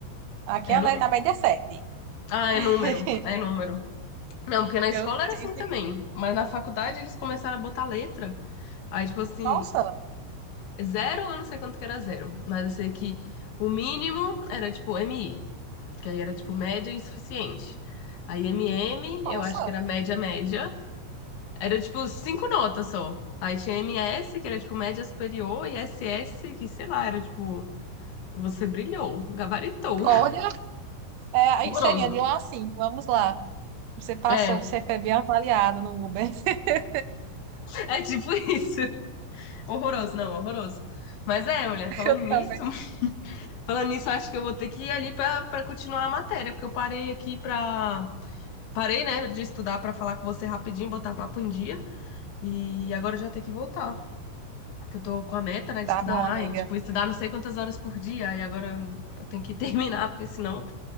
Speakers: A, on the right; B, on the left.
A: Aqui
B: É
A: é a,
B: número?
A: ne- a média é 7.
B: Ah, é
A: <laughs>
B: número, é número. Não, porque na escola
A: Eu
B: era
A: tive.
B: assim também, mas na faculdade eles começaram a botar letra. Aí, tipo assim,
A: Nossa,
B: zero, eu não sei quanto que era zero, mas eu sei que o mínimo era, tipo, MI. que aí era tipo média insuficiente. Aí MM,
A: nossa,
B: eu acho que era média média, era tipo cinco notas só. Aí tinha MS, que era tipo média superior, e SS, que sei lá, era tipo, você brilhou, gabaritou.
A: olha, é, aí
B: <laughs> Horroroso.
A: seria de 1 a 5, vamos lá. Você passou,
B: É,
A: você foi bem avaliado no Uber. <laughs>
B: é tipo <laughs> isso. Horroroso, não, horroroso. Mas é, mulher, falando
A: Eu
B: nisso,
A: também.
B: <laughs> falando nisso, eu acho que eu vou ter que ir ali pra pra continuar a matéria, porque eu parei aqui pra. Parei, né, de estudar pra falar com você rapidinho, botar papo em dia, e agora eu já tenho que voltar. que eu tô com a meta, né, de
A: Tá
B: estudar,
A: bom, amiga.
B: ai, tipo, estudar não sei quantas horas por dia, e agora eu eu tenho que <laughs> terminar, porque senão,